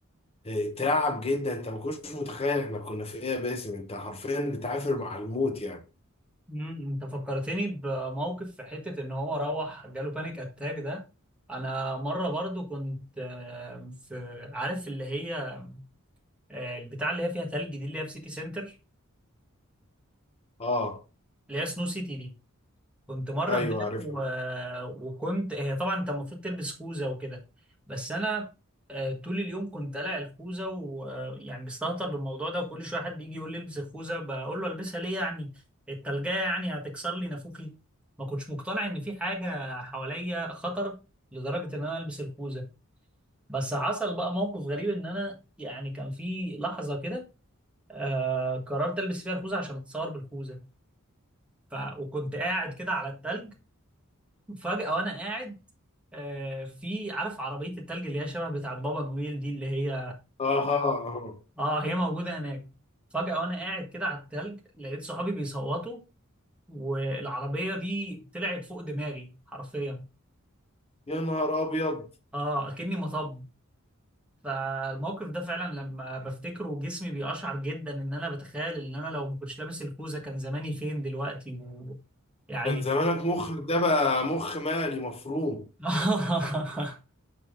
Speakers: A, on the left (about 30°); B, in the centre.
A: آه، اترعب جدا انت ما كنتش متخيل احنا كنا في ايه يا باسم انت حرفيا بتعافر مع الموت يعني
B: مم، انت فكرتني بموقف في حتة ان هو روح جاله بانيك اتاك ده انا مرة برضو كنت آه، في عارف اللي هي آه، البتاع اللي هي فيها تلج دي اللي هي في سيتي سنتر
A: اه
B: اللي هي سنو سيتي دي كنت مرة
A: ايوه
B: هناك
A: عارفها
B: و... وكنت هي طبعا انت المفروض تلبس خوذة وكده بس انا آه، طول اليوم كنت قلع الخوذة ويعني مستهتر بالموضوع ده وكل شوية حد يجي يقول لي البس الخوذة بقول له البسها ليه يعني التلجية يعني هتكسر لي نافوخي ما كنتش مقتنع ان في حاجة حواليا خطر لدرجة ان انا البس الخوذة بس حصل بقى موقف غريب ان انا يعني كان في لحظة كده آه قررت البس فيها الخوذة عشان اتصور بالخوذة ف... وكنت قاعد كده على التلج فجأة وأنا قاعد آه، في عارف عربية التلج اللي هي شبه بتاع بابا نويل دي اللي هي
A: اها اها
B: اه هي موجودة هناك فجأة وأنا قاعد كده على التلج لقيت صحابي بيصوتوا والعربية دي طلعت فوق دماغي حرفيا
A: يا نهار ابيض
B: اه أكني مطب فالموقف ده فعلا لما بفتكره جسمي بيقشعر جدا ان انا بتخيل ان انا لو ما كنتش لابس الكوزة كان زماني فين دلوقتي ويعني
A: كان زمانك مخ ده بقى مخ مالي مفروم
B: <laughs>